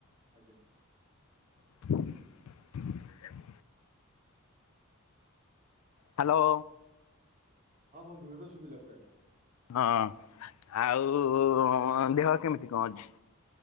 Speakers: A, on the right (about 35°); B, on the left (about 75°).
A: ଆଜ୍ଞା।
B: <inaudible> ହ୍ୟାଲୋ।
A: ହଁ ବନ୍ଧୁ ଏବେ ଶୁଭିଲା ପୁରା।
B: ହଁ ଆଉ ଦେହ କେମିତି କଣ ଅଛି?